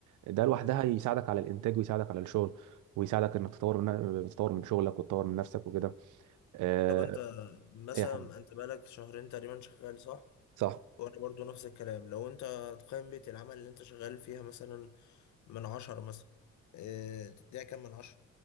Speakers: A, on the right (about 80°); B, on the left (about 70°).
A: ده لوحدها يساعدك على الانتاج ويساعدك على الشغل ويساعدك انك تطور من تطور من شغلك وتطور من نفسك وكده آه،
B: طب انت مثلا
A: ايه يا حبيبي
B: انت بقالك شهرين تقريبا شغال صح؟
A: صح
B: وانا برضو نفس الكلام لو انت تقيم بيئة العمل اللي انت شغال فيها مثلا من عشرة مثلا اه تديها كام من عشرة؟